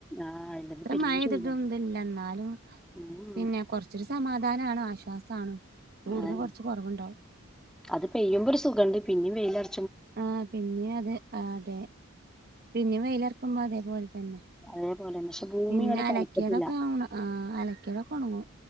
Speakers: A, in the centre; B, on the right (about 45°).
A: ആഹ് ഇല്ലെങ്കി
B: ഇത്ര
A: പെരും
B: മഴപെയ്തിട്ടും
A: ചൂടാണ്
B: ഇതില്ല, എന്നാലും
A: ഉം
B: പിന്നെ കൊറച്ചൊരു സമാധ ധാനാണ് ആശ്വാസാണ് ചൂടിന്
A: ആന്നെ
B: കൊറച്ച് കൊറവുണ്ടാവും
A: അത് പെയ്യുമ്പൊ ഒരു സുഖുണ്ട് പിന്നിം വെയിലർ
B: ആ പിന്നെയും അത് അതെ പിന്നേം വെയിലർക്കുമ്പോ അതേപോലെ തന്നെ
A: അതേപോലെന്നെ പക്ഷെ ഭൂമി
B: പിന്നെ
A: ഇങ്ങട്ട്
B: അലക്കിയതൊക്കെ
A: തണുത്തിട്ടില്ല
B: ഒണ ആ അലക്കിയതൊക്കെ ഒണങ്ങും